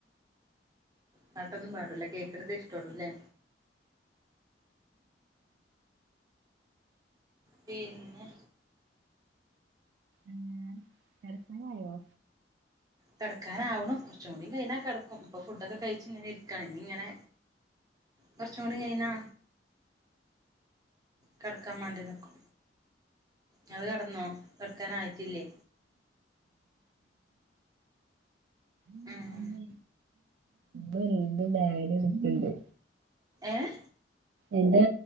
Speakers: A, on the right; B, on the right.
A: പാട്ടൊന്നും പാടൂല കേക്കുണുതേ ഇഷ്ടള്ളൂല്ലേ പിന്നെ
B: ഏയ് കെടക്കാനായോ
A: കെടക്കാനാവുണു കുറച്ചും കൂടി കഴിഞ്ഞാ കെടക്കും ഇപ്പൊ ഫുഡൊക്കെ കഴിച്ച് ഇങ്ങനെ ഇരിക്കാണ് ഇനി ഇങ്ങനെ കുറച്ചും കൂടി കൈനാ കെടക്കാൻ വാണ്ടി നിക്കും ങ്ങള് കെടന്നോ കെടക്കാനായിട്ടില്ലേ
B: <inaudible>
A: ഉം
B: ഇന്നേ ഇന്റെ ഡാഡി വിളിക്കിണ്ട്
A: ഏയ്
B: എന്റെ